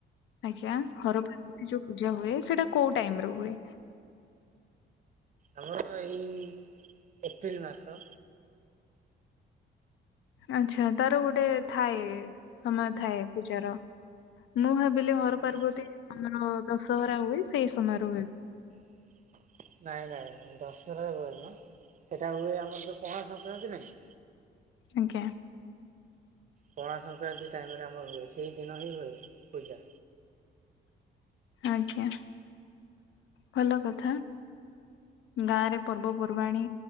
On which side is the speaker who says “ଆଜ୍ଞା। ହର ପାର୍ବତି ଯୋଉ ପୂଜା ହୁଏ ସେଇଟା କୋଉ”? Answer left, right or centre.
Left